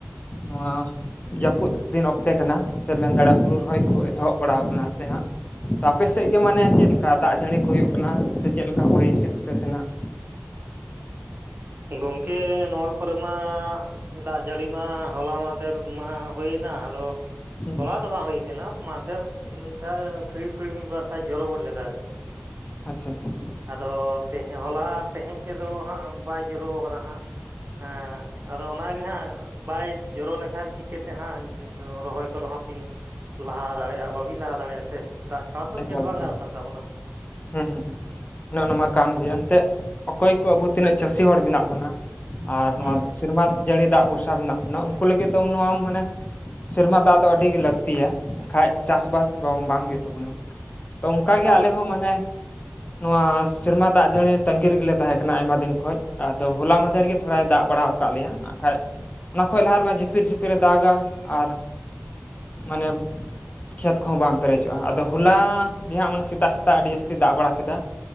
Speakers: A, on the left; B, on the right.
A: ᱱᱚᱣᱟ ᱡᱟᱹᱯᱩᱫ ᱫᱤᱱ ᱚᱠᱛᱮ ᱠᱟᱱᱟ ᱥᱮ ᱢᱮᱱ ᱫᱟᱲᱮᱭᱟᱜ ᱦᱩᱲᱩ ᱨᱚᱦᱚᱭ ᱠᱚ ᱮᱛᱚᱦᱚᱵ ᱵᱟᱲᱟᱣ ᱠᱟᱱᱟ ᱱᱟᱞᱮ ᱦᱟᱜ᱾ ᱛᱟᱯᱮ ᱥᱮᱜ ᱜᱮ ᱢᱟᱱᱮ ᱪᱮᱞᱠᱟ ᱫᱟᱜ ᱡᱟᱹᱲᱤ ᱠᱚ ᱦᱩᱭᱩᱜ ᱠᱟᱱᱟ ᱥᱮ ᱪᱮᱫ ᱞᱮᱠᱟ ᱦᱚᱭ ᱦᱤᱸᱥᱤᱫ ᱟᱯᱮ ᱥᱮᱱᱟᱜ?
B: ᱜᱚᱝᱠᱮ ᱱᱚᱣᱟ ᱠᱚᱨᱮ ᱢᱟ ᱫᱟᱜ ᱡᱟᱹᱲᱤ ᱢᱟ ᱦᱚᱞᱟ ᱢᱟᱸᱫᱷᱮᱨ ᱢᱟ ᱦᱩᱭᱮᱱᱟ ᱟᱫᱚ
A: ᱦᱩᱸ
B: ᱦᱚᱞᱟ ᱫᱚ ᱵᱟᱝ ᱦᱩᱭ ᱛᱮᱱᱟᱣ ᱢᱟᱸᱫᱮᱨ ᱢᱤᱫ ᱫᱷᱟᱣ ᱯᱷᱤᱣᱤ ᱯᱷᱤᱣᱤ ᱢᱤᱫ ᱵᱟᱨ ᱫᱷᱟᱣ ᱡᱚᱨᱚ ᱜᱚᱫ ᱞᱮᱫᱟ ᱟᱨᱠᱤ ᱾
A: ᱟᱪᱪᱷᱟ ᱟᱪᱪᱷᱟ
B: ᱟᱫᱚ ᱛᱮᱦᱮ ᱦᱚᱞᱟ ᱛᱮᱦᱮᱧ ᱛᱮᱫᱚ ᱦᱟᱸᱜ ᱵᱟᱭ ᱡᱚᱨᱚ ᱠᱟᱫᱟ ᱦᱟᱸᱜ ᱾ ᱦᱮᱸ ᱟᱫᱚ ᱚᱱᱟᱜᱮ ᱦᱟᱸᱜ ᱵᱟᱭ ᱡᱚᱨᱚ ᱞᱮᱠᱷᱟᱱ ᱪᱤᱠᱟᱹᱛᱮ ᱦᱟᱸᱜ ᱡᱚ ᱨᱚᱦᱚᱭᱷ ᱠᱚ ᱫᱚᱦᱚ ᱠᱤᱱ ᱞᱟᱦᱟ ᱫᱟᱲᱮᱭᱟᱜᱼᱟ ᱵᱟᱵᱤᱱ ᱞᱟᱦᱟ ᱫᱟᱲᱮᱭᱟᱜᱼᱟ ᱥᱮ ᱫᱟᱜ ᱪᱷᱟᱲᱟ ᱛᱚ
A: ᱮᱠᱟᱞ
B: ᱪᱮᱫ ᱵᱟᱝ
A: ᱮᱠᱟᱞ
B: ᱜᱟᱱᱚᱜ ᱠᱟᱱ ᱛᱟᱵᱚᱱᱟ ᱾
A: ᱦᱩᱸ ᱦᱩᱸ ᱦᱩᱸ ᱚᱱᱮ ᱚᱱᱟ ᱢᱟ ᱠᱟᱱ ᱜᱤᱭᱟ ᱮᱱᱛᱮᱜ ᱚᱠᱚᱭ ᱠᱚ ᱟᱵᱚ ᱛᱤᱱᱟᱹᱜ ᱪᱟᱹᱥᱤ ᱦᱚᱲ ᱢᱮᱱᱟᱜ ᱵᱚᱱᱟ᱾ ᱟᱨ
B: ᱦᱮᱸ
A: ᱱᱚᱣᱟᱫᱽ ᱥᱤᱨᱢᱟᱫᱽ ᱡᱟᱹᱲᱤ ᱫᱟᱜ ᱵᱷᱩᱨᱥᱟ ᱢᱮᱱᱟᱜ ᱵᱚᱱᱟ ᱩᱱᱠᱩ ᱞᱟᱹᱜᱤᱫ ᱫᱚᱝ ᱱᱚᱣᱟᱢ ᱢᱟᱱᱮ ᱥᱮᱨᱢᱟ ᱫᱟᱜ ᱫᱚ ᱟᱹᱰᱤᱜᱮ ᱞᱟᱹᱠᱛᱤᱭᱟ ᱵᱟᱠᱷᱟᱡ ᱪᱟᱥᱼᱵᱟᱥ ᱜᱮ ᱵᱟᱝ ᱦᱩᱭᱩᱜ ᱛᱟᱵᱚᱱᱟ ᱾ ᱛᱚ ᱚᱱᱠᱟᱜᱮ
B: ᱵᱟᱝ
A: ᱟᱞᱮ ᱦᱚᱸ ᱢᱟᱱᱮ ᱱᱚᱣᱟ ᱥᱮᱨᱢᱟ ᱫᱟᱜ ᱡᱟᱹᱲᱤ ᱛᱟᱸᱟᱹᱜᱤ ᱨᱮᱜᱮ ᱛᱟᱦᱮᱸ ᱠᱟᱱᱟ ᱟᱭᱢᱟ ᱫᱤᱱ ᱠᱷᱚᱱ ᱟᱫᱚ ᱦᱚᱞᱟ ᱢᱫᱷᱮᱨ ᱨᱮᱜᱮ ᱛᱷᱚᱲᱟᱭ ᱫᱟᱜ ᱵᱟᱲᱟ ᱟᱠᱟᱫ ᱞᱮᱭᱟ᱾ ᱟᱨᱠᱷᱟᱡ ᱚᱱᱟ ᱠᱷᱚᱡ ᱞᱟᱦᱟ ᱨᱮᱢᱟ ᱡᱷᱤᱯᱤᱨ ᱡᱷᱤᱯᱤᱨᱮ ᱫᱟᱜᱟ ᱟᱨ ᱢᱟᱱᱮ ᱠᱷᱮᱛ ᱠᱚᱦᱚᱸ ᱵᱟᱝᱢ ᱯᱮᱨᱮᱡᱚᱜᱼᱟ᱾ ᱟᱫᱚ ᱦᱚᱞᱟ ᱜᱮ ᱦᱟᱸᱜ ᱢᱟᱱᱮ ᱥᱮᱛᱟᱜ ᱥᱮᱛᱟᱜ ᱟᱹᱰᱤ ᱡᱟᱹᱥᱛᱤ ᱫᱟᱜ ᱵᱟᱲᱟ ᱠᱮᱫᱟ